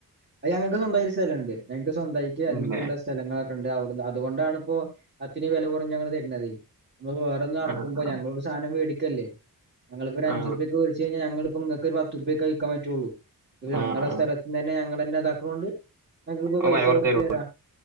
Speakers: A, on the right; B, on the right.
A: അത് ഞങ്ങൾക്ക് സ്വന്തായി ഒരു സ്ഥലംണ്ട് ഞങ്ങക്ക് സ്വന്തായിട്ട് അതിനുള്ള
B: ഇല്ലേ
A: സ്ഥലങ്ങളൊക് ക്കണ്ട് അവിടുന്ന് അതുകൊണ്ടാണ് ഇപ്പോ അത്തിരേം വില കുറഞ്ഞു ഞങ്ങൾ തര്ണതേ നമ്മൾ വേറെ ഒന്ന് ഇറക്കുമ്പോ
B: ആ ആ
A: ഞങ്ങുടെ സാധനംവേടിക്കല്ലേ ഞങ്ങൾ ഇപ്പോൾ ഒരു അഞ്ചു
B: ആ
A: ഉർപ്യക്ക് വേടിച്ച് കഴിഞ്ഞാൽ ഞങ്ങള് ഇപ്പം നിങ്ങക്ക് ഒരു പത്ത് ഉർപ്യക്കെ വിൽക്കാൻ പറ്റുള്ളൂ
B: ആ
A: ഞങ്ങളുടെ
B: ആ
A: സ്ഥലത്തു തന്നെ ഞങ്ങളന്നെ ഇതാക്കണോണ്ട് ഇങ്ങൾക്ക്
B: ഓ
A: പൈസ
B: വില കുറച്ച്
A: കുറച്ചു
B: തരും
A: തരാ